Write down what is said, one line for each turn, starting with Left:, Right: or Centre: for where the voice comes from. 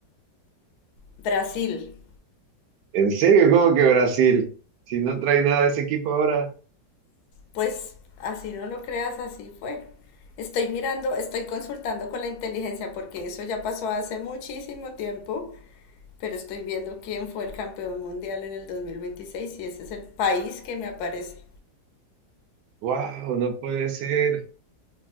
Left: Brasil,
Right: ¿En serio? ¿Cómo que Brasil? Si no trae nada de ese equipo ahora,
Left: pues así no lo creas, así fue. Estoy mirando, estoy consultando con la inteligencia porque eso ya pasó hace muchísimo tiempo, pero estoy viendo quién fue el campeón mundial en el 2026 y ese es el país que me aparece.
Right: wow, no puede ser.